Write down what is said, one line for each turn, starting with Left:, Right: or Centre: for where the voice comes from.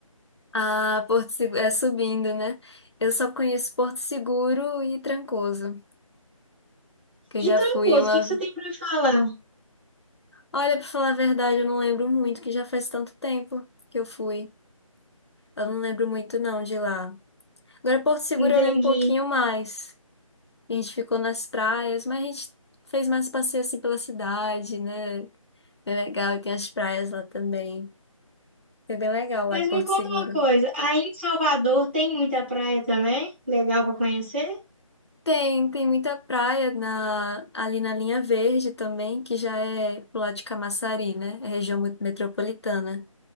Left: Ah, Porto Seguro é subindo, né? Eu só conheço Porto Seguro e Trancoso, que eu já
Right: E Trancoso,
Left: fui uma.
Right: o que que você tem para me falar?
Left: Olha, pra falar a verdade, eu não lembro muito, que já faz tanto tempo que eu fui. Eu não lembro muito não de lá. Agora Porto Seguro
Right: Entendi.
Left: eu lembro um pouquinho mais. A gente ficou nas praias, mas a gente fez mais passeio assim pela cidade, né? Bem legal, e tem as praias lá também. Foi bem legal lá
Right: Mas
Left: em Porto
Right: me conta
Left: Seguro.
Right: uma coisa, aí em Salvador tem muita praia também? Legal pra conhecer?
Left: Tem, tem muita praia na, ali na Linha Verde também, que já é pro lado de Camaçari, né? É região mu- metropolitana.